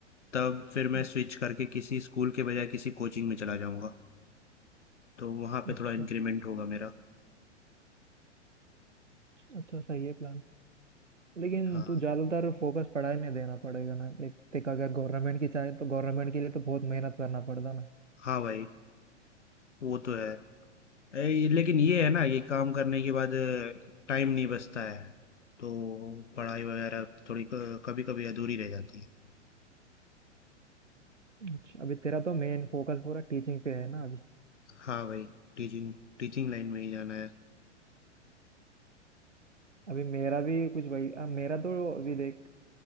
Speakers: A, on the left; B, on the right.
A: तब फिर
B: अच्छा
A: मैं स्विच करके किसी स्कूल के बजाय किसी कोचिंग में चला जाऊंगा तो वहाँ पे
B: अच्छा
A: थोड़ा इंक्रीमेंट होगा मेरा
B: अच्छा, सही है प्लान लेकिन
A: हाँ।
B: तू ज्यादातर फोकस पढ़ाई में देना पड़ेगा ना लाइक देख अगर गवर्नमेंट की चाहे तो गवर्नमेंट के लिए तो बहुत मेहनत करना पड़ता ना
A: हाँ भाई वो तो है ए, ये- लेकिन ये है ना ये काम करने के बाद टाइम नहीं बचता है तो पढ़ाई वगैरह थोड़ी कभी कभी अधूरी रह जाती है
B: अच्छा अभी तेरा तो मेन फोकस पूरा टीचिंग पे है ना अभी
A: हाँ भाई टीचिंग टीचिंग लाइन में ही जाना है
B: अभी मेरा भी कुछ भाई अब मेरा तो अभी देख